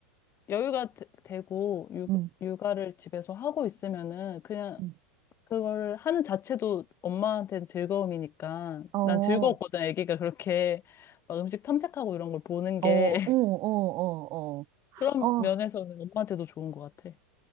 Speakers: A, on the left; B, on the right.
A: 여유가 되- 되고 육,
B: 음,
A: 육아를 집에서 하고 있으면은 그냥
B: 음.
A: 그걸 하는 자체도 엄마한테는 즐거움이니까.
B: 어, 어,
A: 난 즐거웠거든. 아기가 그렇게 막 음식 탐색하고 이런 걸 보는
B: 어,
A: 게.
B: 어, 어,
A: <laughs> 그런
B: 어. 어,
A: 면에서는 엄마한테도 좋은 것 같아.